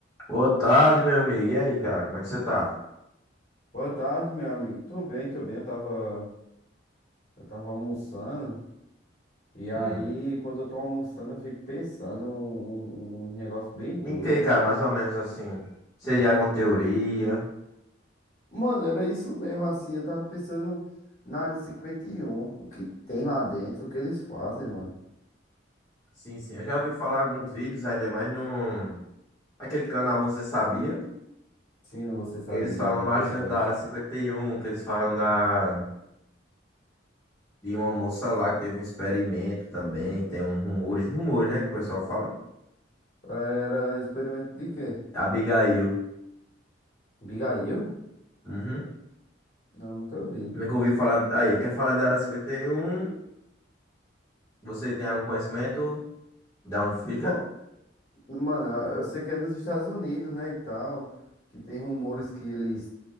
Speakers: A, on the left; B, on the left.
A: Boa tarde, meu amigo. E aí, cara, como é que você tá?
B: Boa tarde, meu amigo. Tô bem, tô bem. Eu tava, eu tava almoçando. E aí,
A: Hum.
B: quando eu tô almoçando, eu fico pensando um, um- um negócio bem doido.
A: Em que, cara, mais ou menos assim? Seria alguma teoria?
B: Mano, era isso mesmo, assim. Eu tava pensando na área 51. O que tem lá dentro? O que eles fazem, mano?
A: Sim, sim. Eu já ouvi falar alguns vídeos, ainda mais num... Aquele canal Você Sabia?
B: Fino, você sabia
A: Que eles falam
B: daqueles
A: bastante
B: dois.
A: da Área cinquenta e um, que eles falam da... de uma moça lá que teve um experimento também. Tem um rumores, rumores, né, que o pessoal fala.
B: Era experimento de quê?
A: Abigail.
B: Abigail?
A: Uhum.
B: Não, nunca vi.
A: Nunca ouvi falar... Aí, quer falar de Área cinquenta e um? Você tem algum conhecimento? De onde fica?
B: Ma- Mano, eu sei que é nos Estados Unidos, né, e tal, que tem rumores que eles